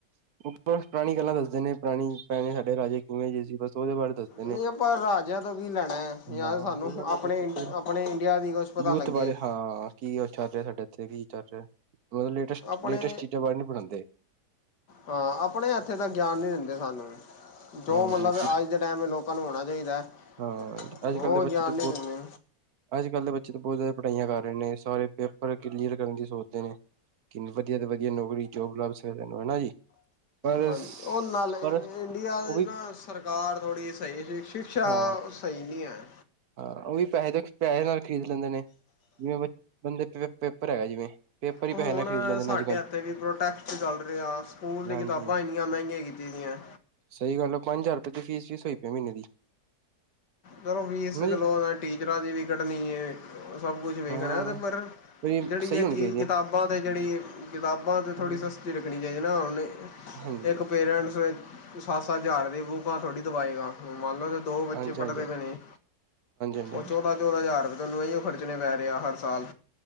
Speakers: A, on the right; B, on the left.
A: ਉਹ ਬਸ ਪੁਰਾਣੀ ਗੱਲਾਂ ਦੱਸਦੇ ਨੇ ਪੁਰਾਣੀ ਪੁਰਾਣੇ ਸਾਡੇ ਰਾਜੇ ਕਿਵੇ ਜੇਹੇ ਸੀ ਬਸ। <unintelligible>
B: ਨਹੀਂ ਆਪਾਂ ਰਾਜਿਆਂ ਤੋਂ ਕੀ ਲੈਣਾ ਹੈ ਯਾ
A: ਹਾਂ
B: ਤੇ ਸਾਨੂੰ
A: ਸਹੀ ਗੱਲ ਹੈ
B: ਆਪਣੇ
A: ਬਿਲਕੁਲ।
B: ਇ ਆਪਣੇ ਇੰਡੀਆ ਦੀ ਕੁਛ। ਪਤਾ
A: ਯੂਥ
B: ਲੱਗੇ
A: ਬਾਰੇ ਹਾਂ ਕੀ ਉਹ ਕੀ ਅੱਛਾ ਸਾਡੇ ਚੱਲ ਰਿਹਾ ਸਾਡੇ ਇੱਥੇ ਕੀ ਚੱਲ ਰਿਹਾ ਲੇਟੈਸਟ।
B: ਆਪਣੇ
A: ਲੇਟੈਸਟ ਚੀਜਾ ਕੋਈ ਨਹੀ ਪੜਾਉਂਦੇ।
B: ਹਾਂ ਆਪਣੇ ਏਥੇ ਦਾ ਗਿਆਨ ਨੀ ਦਿੰਦੇ ਸਾਨੂੰ।
A: ਹਾਂਜੀ
B: ਜੋ ਮਤਲਬ ਅੱਜ ਦੇ ਟਾਈਮ ਲੋਕਾਂ ਨੂੰ ਹੋਣਾ ਚਾਹੀਦਾ ਹੈ
A: ਹਾਂ ਅੱਜ
B: ਉਹ
A: ਕੱਲ੍ਹ ਦੇ ਬੱਚੇ
B: ਗਿਆਨ
A: ਤਾਂ ਬਹੁਤ
B: ਨੀ ਦਿੰਦੇ।
A: ਅੱਜ ਕੱਲ੍ਹ ਦੇ ਬੱਚੇ ਤਾਂ ਬਹੁਤ ਜ਼ਿਆਦਾ ਪੜ੍ਹਾਈਆਂ ਕਰ ਰਹੇ ਨੇ ਸਾਰੇ ਪੇਪਰ ਕਲੀਅਰ ਕਰਨ ਦੀ ਸੋਚਦੇ ਨੇ। ਕਿੰਨੀ ਵਧੀਆ ਤੋਂ ਵਧੀਆ ਨੌਕਰੀ ਜੋਬ ਲੱਭ ਸਕਦੇ ਨੇ ਹਨਾ ਜੀ। ਪਰ
B: ਹਾਂਜੀ ਉਹ ਨਾਲੇ
A: ਪਰ
B: ਇੰਡੀਆ
A: ਉਹ
B: ਦੀ
A: ਵੀ
B: ਨਾ ਸਰਕਾਰ ਥੋੜੀ ਸਹੀ ਜਿਹੀ। ਸ਼ਿਕਸ਼ਾ
A: ਹਾਂ
B: ਸਹੀ ਨਹੀਂ ਹੈ।
A: ਹਾਂ ਉਹ ਵੀ ਪੈਹੇ ਦੇ ਪੈਹੇ ਨਾਲ ਖਰੀਦ ਲੈਂਦੇ ਨੇ ਜਿਵੇਂ ਬੰਦੇ ਪੇਪਰ ਹੈਗਾ ਜਿਵੇਂ। ਪੇਪਰ ਹੀ
B: ਹੁਣ
A: ਪੈਸੇ ਨਾਲ ਖਰੀਦ ਲੈਂਦੇ
B: ਸਾਡੇ
A: ਨੇ ਅੱਜ ਕੱਲ੍ਹ
B: ਇੱਥੇ ਵੀ ਪ੍ਰੋਟੈਸਟ ਚੱਲ ਰਿਹਾ ਸਕੂਲ ਦੀ
A: ਹਾਂਜੀ
B: ਕਿਤਾਬਾਂ ਇੰਨੀਆਂ ਮਹਿੰਗੀਆਂ ਕੀਤੀ ਦੀਆਂ।
A: ਸਹੀ ਗੱਲ ਹੈ ਪੰਜ ਹਜ਼ਾਰ ਰੁਪਏ ਤੇ ਫੀਸ ਵੀਸ ਹੋਈ ਪਈ ਮਹੀਨੇ ਦੀ।
B: ਚਲੋ ਫੀਸ
A: ਹਨਾ
B: ਤੇ
A: ਜੀ
B: ਚਲੋ ਟੀਚਰਾਂ ਦੀ ਵੀ ਕੱਢਣੀ ਹੈ ਸਭ ਕੁੱਛ ਵੇਖਣਾ
A: ਹਾਂ
B: ਤੇ ਪਰ।
A: ਵੀ
B: ਜਿਹੜੀ
A: ਸਹੀ
B: ਇਹ
A: ਹੋਣੀ
B: ਚੀਜ਼
A: ਚਾਹੀਦੀ
B: ਕਿਤਾਬਾਂ
A: ਹੈ
B: ਤੇ ਜਿਹੜੀ ਕਿਤਾਬਾਂ ਤੇ
A: ਹਾਂਜੀ
B: ਥੋੜੀ ਸਸਤੀ। ਰੱਖਣੀ ਚਾਹੀਦੀ ਨਾ ਉਹਨੀ
A: ਹਾਂਜੀ
B: ਇੱਕ ਪੇਰੈਂਟਸ ਵਿਚ। ਸੱਤ ਸੱਤ ਹਜ਼ਾਰ ਦੀ ਬੂਕਾਂ ਥੋੜੀ ਦਵਾਏਗਾ। ਮੰਨ ਲਓ ਦੋ ਬੱਚੇ
A: ਹਾਂਜੀ
B: ਪੜਦੇ
A: ਹਾਂਜੀ ਹਾਂਜੀ
B: ਪਏ ਨੇ
A: ਹਾਂਜੀ ਹਾਂਜੀ
B: ਓਹ ਚੌਦਾਂ, ਚੌਦਾਂ ਹਜ਼ਾਰ ਰਪਏ ਤੋ ਉਇਓ ਖਰਚਣੇ ਪੈ ਰਿਹਾ ਹਰ ਸਾਲ।